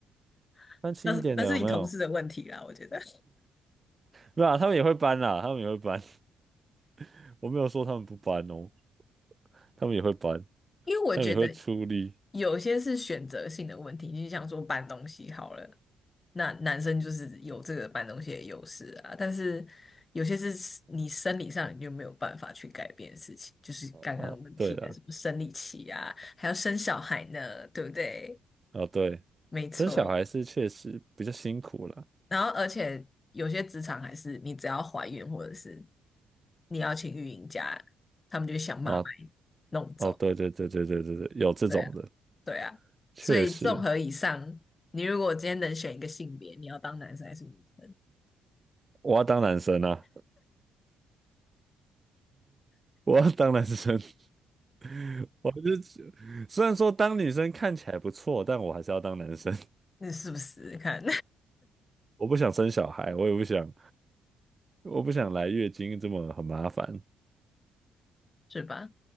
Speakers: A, on the left; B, on the right.
A: <laughs>
B: 搬轻一点的有没有？
A: 那是那是你同事的问题啦，我觉得。
B: 没有啊，他们也会搬啦，他们也会搬，<laughs> 我没有说他们不搬哦。他们也会搬，
A: 因为我觉得
B: 他们也会出力。
A: 有些是选择性的问题，你就想说搬东西好了，那男生就是有这个搬东西的优势啊，但是有些是你生理上你就没有办法去改变的事情，就是刚刚我们提的什么生理期啊，
B: 哦，对了，
A: 还要生小孩呢，对不对？
B: 哦对，
A: 没错，
B: 生小孩是确实比较辛苦了。
A: 然后而且有些职场还是你只要怀孕或者是你要请育婴假，他们就想办法把你弄走。
B: 哦哦，对对对对对对对，有这种的，
A: 对啊。对啊，
B: 确实。
A: 所以综合以上，你如果今天能选一个性别，你要当男生还是女生？
B: 我要当男生啊，我要当男生。<laughs> 我是虽然说当女生看起来不错，但我还是要当男生。<laughs>
A: 你是不是看
B: 我不想生小孩，我也不想，我不想来月经这么很麻烦。
A: <laughs> 是吧？